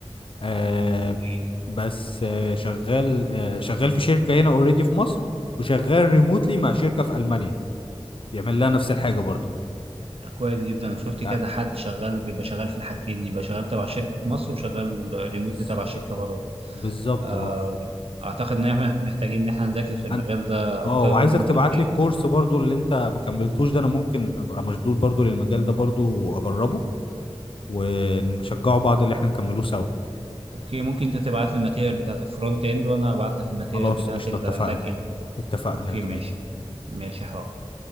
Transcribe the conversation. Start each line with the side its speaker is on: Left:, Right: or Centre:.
Left: آه،
Right: اوكي.
Left: بس آه، شغال آه، شغال في شركه هنا اوريدي في مصر وشغال ريموتلي مع شركه في المانيا بيعمل لها نفس الحاجه برضو
Right: كويس جدا انا شفت
Left: يعني
Right: كذا حد شغال بيبقى شغال في الحاجتين يبقى شغال تبع شركه في مصر وشغال ريموتلي
Left: بز-
Right: تبع شركه بره
Left: بالظبط
Right: أم،
Left: اه
Right: اعتقد ان احنا محتاجين ان احنا نذاكر في المجال
Left: أنا-
Right: ده
Left: اه
Right: اكتر
Left: وعايزك
Right: انت ممكن
Left: تبعت
Right: ت...
Left: لي الكورس برضو اللي انت ما كملتوش ده انا ممكن ابقى مشدود برضو للمجال ده برضو واجربه ونشجعوا بعض اللي احنا نكملوه سوا
Right: اوكي ممكن انت تبعت لي الماتيريال بتاعت الفرونت اند وانا ابعت لك الماتيريال
Left: خلاص
Right: بتاعت
Left: قشطة
Right: الباك
Left: اتفقنا
Right: اند
Left: اتفقنا
Right: اوكي
Left: جميل
Right: ماشي ماشي حاضر